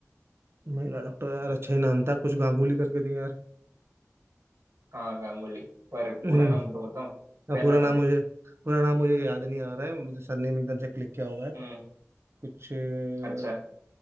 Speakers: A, on the right; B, on the right.
A: महिला डॉक्टर यार अच्छा ही नाम था कुछ गांगुली करके दिया यार
B: हाँ गांगुली पर
A: हम्म
B: पूरा नाम तो बताओ पहला
A: अब पूरा
B: नाम
A: नाम मुझे पूरा नाम मुझे याद नहीं आ रहा है मुझे सरनेम एकदम से क्लिक किया हुआ है
B: हम्म
A: कुछ अ,
B: अच्छा